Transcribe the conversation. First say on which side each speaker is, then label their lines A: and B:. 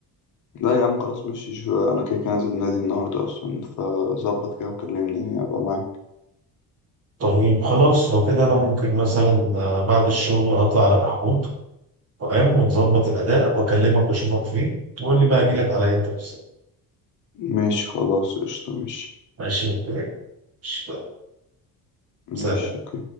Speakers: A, on the left; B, on the right.
A: لا يا عم خلاص ماشي شو انا كده كده نازل النادي النهارده اصلا فظبط كده وكلمني ابقى معاك
B: طيب خلاص لو كده انا ممكن مثلا آه، بعد الشغل اطلع على محمود فاهم ونظبط الاداء واكلمك واشوفك فين تقول لي بقى اجي لك على امتى بالظبط
A: ماشي خلاص قشطة ماشي
B: ماشي اوكي ماشي، يلا، سلام
A: ماشي اوكي